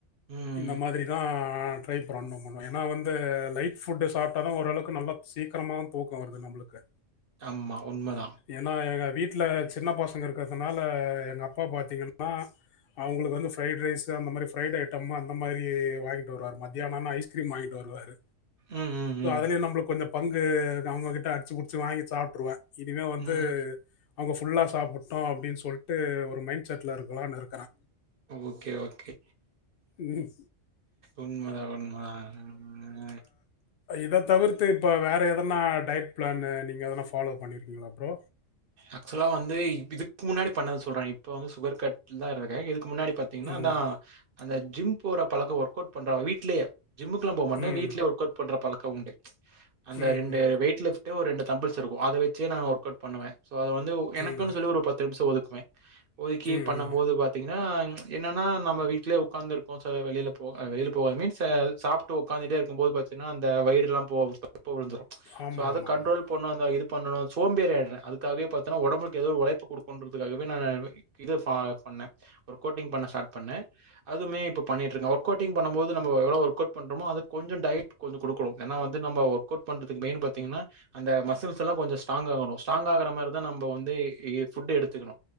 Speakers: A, on the right; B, on the left.
A: ம்
B: இந்த மாதிரிதா நா ட்ரை ப்ரன்னும் ஒன்னு ஏனா வந்து லைட் ஃபுட்டு சாப்ட்டாலு ஓரளவுக்கு நல்லா சீக்கிரமாவு தூக்கோ வருது நம்மளுக்கு
A: ஆமா உண்மதா
B: ஏனா எங்க வீட்ல சின்ன பசங்க இருக்கறதுனால எங்க அப்பா பாத்திங்கனா அவங்களுக்கு வந்து ஃப்ரைட் ரைஸு அந்த மாரி ஃப்ரைட் ஐட்டம்னா அந்த மாரி வாங்கிட்டு வருவாரு மத்தியானானா ஐஸ்கிரீம் வாங்கிட்டு வருவாரு
A: ம் ம்
B: சோ
A: ம்
B: அதுலயு நம்மளுக் கொஞ்சோ பங்கு இது அவங்ககிட்ட அடிச்சு புடிச்சு வாங்கி சாப்ட்டுருவே இதுவே ந்து
A: ம்
B: அவங்க ஃபுல்லா சாப்புட்டோ அப்டினு சொல்ட்டு ஒரு மைண்ட் செட்ல இருக்கலான் நெருக்குறே
A: ஓகே ஓகே
B: ம்,
A: உண்மரா உண்மதா ஆ
B: இத தவிர்த்து இப்ப வேற எதனா டயட் பிளானு நீங்க எதனா ஃபாலோ பண்ணிருக்கீங்களா ப்ரோ
A: ஆக்சுவலா வந்து இதுக்கு முன்னாடி பண்ணது சொல்ற இப்ப வந்து சுகர் கட்ல தா இருக்கே இதுக் க்கு முன்னாடி பாத்திங்னா
B: ம்
A: தா அந்த ஜிம் போற பழக்கொ ஒர்க் அவுட் பண்றாவ வீட்லயே ஜிம்முக்குலா போ மாட்டே
B: ம்
A: வீட்லே ஒர்க்கவுட் பண்ற பழக்கொ உண்டு அந்த
B: ம்
A: ரெண்டு வெயிட்லிஃப் டு ஒரு ரெண்டு தம்புள்ஸ் இருக்கு அதை வச்சே நா ஒர்க்கவுட் பண்ணுவே சோ அது வந்து எனக்குன்னு
B: ம்
A: சொல்லி ஒரு பத்து நிம்ஷோ ஒதுக் வே ஒதுக்கி
B: ம்
A: பண்ணம்
B: ம்
A: போது பாத்திங்க னா என்னனா நம்ம வீட்லயே உக்காந்துருக்கோ சோ வெளியில போக் அ வெளியில போகாது மீன்ஸ் அ சாப்ட்டு உக்காந்துட்டே இருக்கும் போது பாத்தினா அந்த வயிறெலா போ தொப்ப விழுந்துரு
B: ஆமாம்
A: சோ அத கண்ட்ரோல்
B: ஆமாம் ஆமாம்
A: பண்ணு அந்த இது பண்ணனு சோம்பேறி ஆய்ட்றே அது துக்காவே பாத்தனா ஒடம்புக்கேதோர் ஒழைப்பு குடுக்கணுன்றதுக்காகவே நானு இது ப பண்ண ஒரு கோட்டிங் பண்ண ஸ்டார்ட் பண்ண அதுமே இப்பொ பண்ணிட்ருக்க ஒர்க் கோட்டிங் பண்ணும் போது நம்ம எவ்ளோ ஒர்க் அவுட் பண்றமோ அதுக் கொஞ்சொ டயட் கொஞ்ச குடுக்கணு ஏனா வந்து நம்ம ஒர்க் அவுட் பண்றதுக்கு மெயின் பாத்திங்கனா அந்த மசில்ஸ்ஸெல்லா கொஞ்சொ ஸ்ட்ராங்காகணு ஸ்ட்ராங்காகறப் பர்தா நம்ப வந்து இ ஃபுட் எடுத்துக்கணு